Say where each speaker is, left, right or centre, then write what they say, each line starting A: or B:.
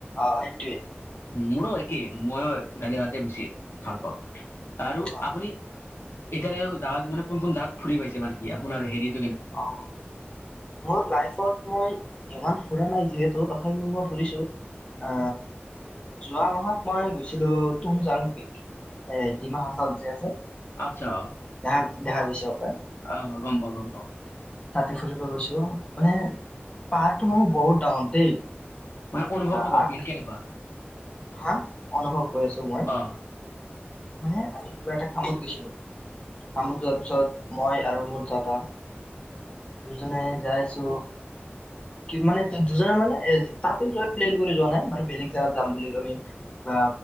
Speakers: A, on the left; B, on the left.
A: অ', সেইটোৱে।
B: মোৰো একেই, মইও দালি ভাতে বেছি ভাল পাওঁ। আৰু
A: অ
B: আপুনি এতিয়া লেকে জেগাত মানে কোন কোন জেগাত ফুৰি পাইছে মানে কি আপোনাৰ হেৰিত
A: অ মোৰ লাইফত মই ইমান ফুৰা নাই, যিহেতু ভাব মই ফুৰিছোঁ। অ। যোৱা মাহত মই গৈছিলো তুমজাং পিক। এ ডিমাহাছাওত যে আছে
B: আচ্ছা
A: ।ধান দেখা পাইছ।
B: অ' গম পাওঁ, গম পাওঁ।
A: তাতে ফুৰিব গৈছো, মানে পাহাৰটো মানে বহুত ডাঙৰ দেই।
B: মানে, অনুভৱটো
A: কিবা
B: কক
A: আঠ
B: মানে কেনেকুৱা?
A: হা! অনুভৱ কৰিছো মই।
B: অ
A: মানে কিবা এটা কামত গৈছিলোঁ। কামত যোৱাৰ পিছত মই আৰু মোৰ দদা দুজনে যাইছো। মানে দুজনে মানে তাতে যোৱা প্লেন কৰি যোৱা নাই, মানে বেলেগ জাগগাত যাম বুলি আমি কিবা